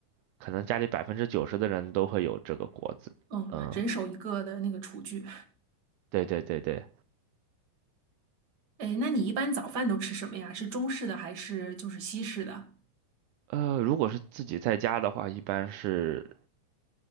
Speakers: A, on the right; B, on the right.
A: 可能家里百分之九十的人都会有这个锅子。
B: 嗯，
A: 嗯，
B: 人手一个的那个厨具。
A: 对对对对，
B: 哎，那你一般早饭都吃什么呀？是中式的还是就是西式的？
A: 呃，如果是自己在家的话，一般是